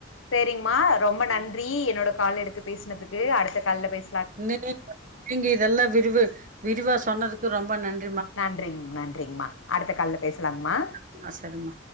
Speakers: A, on the left; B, on the right.
A: சேரிங்மா ரொம்ப நன்றி
B: ம்.
A: என்னோட கால எடுத்து பேசினதுக் து அடுத்த கால்ல பேச
B: நீ நீங்க இதெல்லாம் விரிவு விரிவா சொன்னதுக் ரொம்ப நன்ற்
A: நன்றிங் நன்றிங்மா அடுத்த கால்ல பேசலாங்கமா
B: சரிம்மா சரிம்மா.